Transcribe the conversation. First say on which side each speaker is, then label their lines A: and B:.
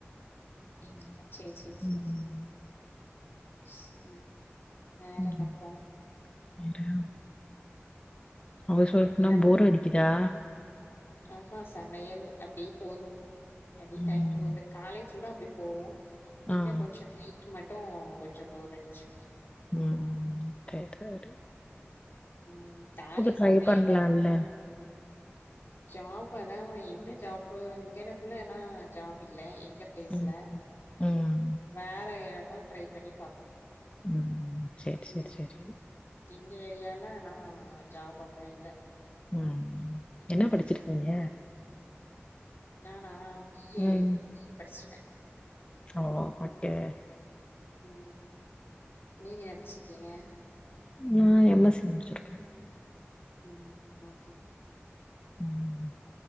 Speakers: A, on the left (about 60°); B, on the left (about 25°).
A: அப்டிங்களா சரி சரி சரி
B: ம்.
A: சரி வேறன்னப்போ
B: ம். <unintelligible> ஹவுஸ் ஃஒய்ப்னா
A: ம் ஹஸ்பண்ட்
B: போர் அடிக்குதா
A: ஆமா சமையல் அப்டியே போதும் அப்டியே
B: ம்.
A: டைம் போது காலை ஃபுல்லா அப்படி போவோ இன்ன
B: ஆ.
A: கொஞ்ச நைட்டு மட்டு கொஞ்சம் போறடிக்கு
B: ம் ச சரி
A: ம் காலை
B: ட்ரை
A: சமையல்ல
B: பண்லால்ல
A: ஜாப்பு அதா என்ன ஜாப்பு இங்கனக்குள்ள ஏனா ஜாப் இல்ல எந்த ப்ளேஸ்ல
B: ம் ம்
A: வேற எட ம் ட்ரை பண்ணி பாக்கணு
B: ம் சேரி சேரி
A: ம்
B: சேரி
A: எங்க ஏரியாலனா ஜாப் நா அவ்ளோ இல்ல
B: ம் என்ன
A: ம்
B: படிச்சிருக்கீங்க
A: நானா பிஏ
B: ம்
A: பிஏ படிச்சிருக்க
B: ஓ ஓகே
A: ம் நீங்க என்ன படிச்க்கீங்க
B: நான் எம்எஸ்சி முடிச்சிருக்க
A: ம் ஓ
B: ம்